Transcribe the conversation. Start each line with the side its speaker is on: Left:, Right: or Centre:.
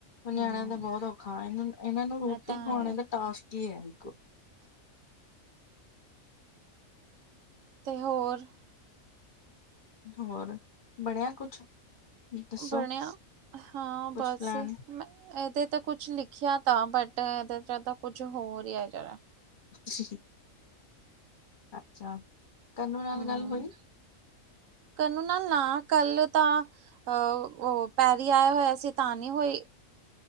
Left: ਨਿਆਣਿਆਂ
Right: ਹੂੰ
Left: ਦਾ ਬਹੁਤ ਔਖਾ। ਇਹਨਾਂ, ਇਹਨਾਂ ਨੂੰ ਰੋਟੀ
Right: ਇਹ ਤਾਂ
Left: ਖਵਾਣੇ
Right: ਹੈ
Left: ਦਾ ਟਾਸਕ। ਕੇ ਆ ਇੱਕੋ
Right: ਤੇ ਹੋਰ
Left: ਹੋਰ ਬਣਿਆ ਕੁਛ ਦੱਸੋ
Right: ਬਣਿਆ, ਹਾਂ
Left: ਕੁਛ
Right: ਬਸ,
Left: ਪਲੈਨ
Right: ਮੈਂ ਇਹਦੇ ਤਾਂ ਕੁਛ ਕੁਛ ਲਿਖਿਆ ਤਾਂ, ਬਟ ਇਹਦੇ ਚ ਤਾਂ ਕੁਝ ਹੋਰ ਹੀ ਆਈ ਜਾ ਰਿਹਾ ਹੈ।
Left: ਜੀ ਅੱਛਾ, ਕੰਨੂੰ ਨਾਲ
Right: ਹੂੰ
Left: ਗੱਲ ਹੋਈ
Right: ਕਨੂੰ ਨਾਲ, ਨਾ ਕੱਲ ਤਾਂ ਅਹ ਉਹ, ਪੈਰੀ ਆਇਆ ਹੋਇਆ ਸੀ ਤਾਂ ਨਹੀਂ ਹੋਈ